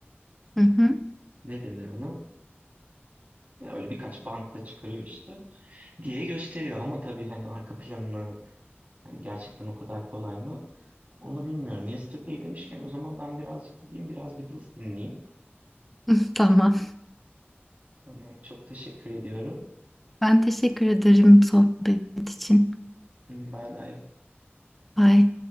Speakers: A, in the centre; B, on the right.
A: Hı hı.
B: Ne denir ona? Ya öyle birkaç bantta çıkarıyor işte diye gösteriyor ama tabii hani arka planını hani gerçekten o kadar kolay mı onu bilmiyorum. Yesterday demişken o zaman ben birazcık gideyim biraz Beatles dinleyeyim.
A: <laughs> Tamam.
B: Tamam, çok teşekkür ediyorum.
A: Ben teşekkür ederim sohbet için.
B: Hmm, Bay bay.
A: Bye.